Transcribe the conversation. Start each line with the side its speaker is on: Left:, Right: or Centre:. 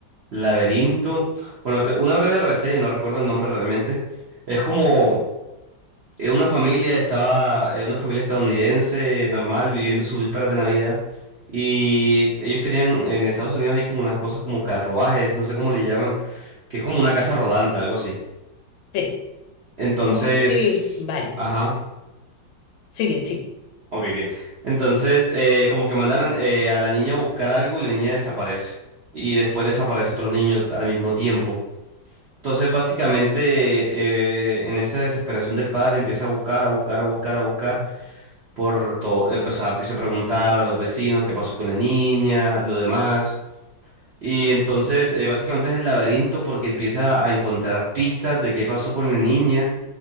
Right: Laberinto. Bueno, te- una breve reseña, no recuerdo el nombre realmente. Es como eh, una familia estaba, eh, una familia estadounidense normal viviendo sus vísperas de Navidad. Y ellos tenían, en Estados Unidos hay como unas cosas como carruajes, no sé cómo le llaman, que es como una casa rodante, algo así.
Left: Sí.
Right: Entonces,
Left: ¿Cómo sí? Vale.
Right: ajá,
Left: Sigue, sigue.
Right: ok, ok. Entonces, eh, como que mandaron eh, a la niña a buscar algo y la niña desaparece. Y después desaparece otro niño al mismo tiempo. Entonces, básicamente, eh, en esa desesperación del padre empieza a buscar, a buscar, a buscar, a buscar. por todo, empezó, empieza a preguntar a los vecinos qué pasó con la niña, lo demás. Y entonces, eh, básicamente es el laberinto porque empieza a encontrar pistas de qué pasó con la niña.